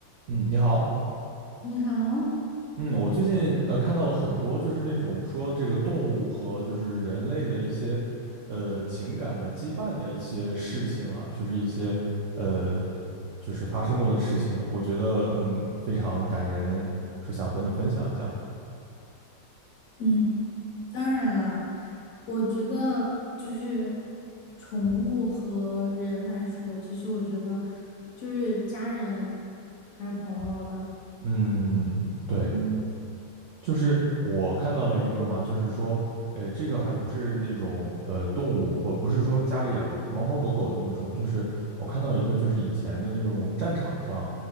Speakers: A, on the right; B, on the left.
A: 嗯，你好。
B: 你好，
A: 嗯，我最近呃看到了很多，就是那种说这个动物和就是人类的一些呃情感的羁绊的一些事情啊，就是一些呃就是发生过的事情，我觉得嗯非常感人，是想和你分享一下。
B: 嗯，当然了，我觉得就是宠物和人来说，其实我觉得就是家人还有朋友吧。
A: 嗯，对。
B: 嗯，
A: 就是我看到了一个嘛，就是说，呃，这个还不是那种呃动物，我不是说家里养的狗猫猫狗狗的那种，就是我看到一个，就是以前的那种战场上，